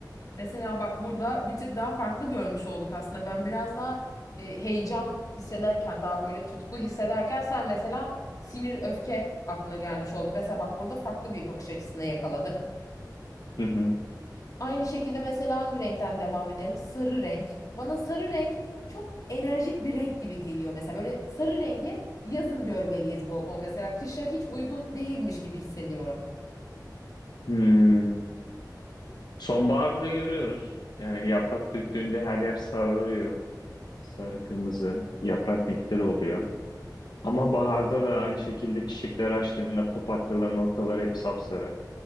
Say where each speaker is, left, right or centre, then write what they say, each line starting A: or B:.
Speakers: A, on the left; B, on the left.
A: Mesela bak burada bir tık daha farklı görmüş olduk aslında. Ben biraz daha e, heyecan hissederken, daha böyle tutku hissederken sen mesela sinir, öfke aklına gelmiş oldu. Mesela bak burada farklı bir bakış açısına yakaladık.
B: Hı hı.
A: Aynı şekilde mesela hangi renkten devam edelim? Sarı renk. Bana sarı renk çok enerjik bir renk gibi geliyor. Mesela böyle sarı rengi yazın görmeliyiz bol bol. Mesela kışa hiç uygun değilmiş gibi hissediyorum.
B: Hmm. Sonbaharda görüyoruz. Yani yaprak döktüğünde her yer sararıyor. Sarı kırmızı yaprak renkleri oluyor. Ama baharda da aynı şekilde çiçekler açtığında papatyaların ortaları hep sapsarı.